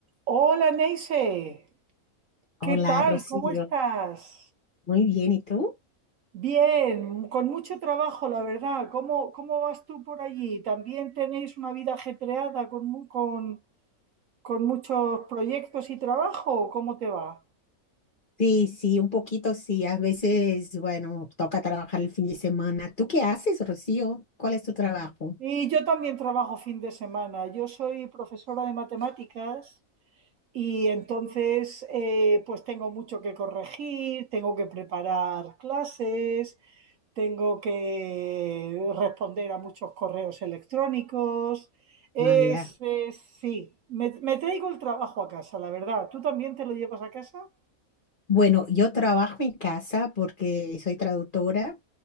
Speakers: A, on the right; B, on the left.
A: Hola Neise,
B: Hola,
A: ¿qué tal?
B: Rocío.
A: ¿Cómo estás?
B: Muy bien, ¿y tú?
A: Bien, con mucho trabajo, la verdad. ¿Cómo, cómo vas tú por allí? ¿También tenéis una vida ajetreada con, mu- con, con muchos proyectos y trabajo? ¿Cómo te va?
B: Sí, sí, un poquito, sí. A veces, bueno, toca trabajar el fin de semana. ¿Tú qué haces, Rocío? ¿Cuál es tu trabajo?
A: Y yo también trabajo fin de semana. Yo soy profesora de matemáticas y entonces eh, pues tengo mucho que corregir, tengo que preparar clases tengo que responder a muchos correos electrónicos. Es,
B: Vaya.
A: es- sí, me, me traigo el trabajo a casa, la verdad. ¿Tú también te lo llevas a casa?
B: Bueno, yo trabajo en casa porque soy traductora